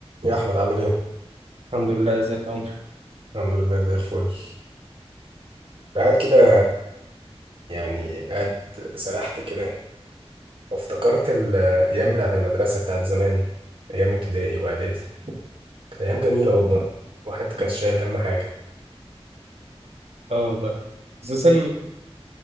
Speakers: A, on the right; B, on the right.
A: يا احمد عامل ايه
B: الحمد لله ازيك يا عمرو
A: الحمد لله زي الفل قاعد كده يعني قاعد سرحت كده وافتكرت الايام بتاعت المدرسه بتاعت زمان ايام ابتدائي واعدادي كانت ايام جميله والله الواحد كان شايل هم حاجه
B: اه والله خصوصا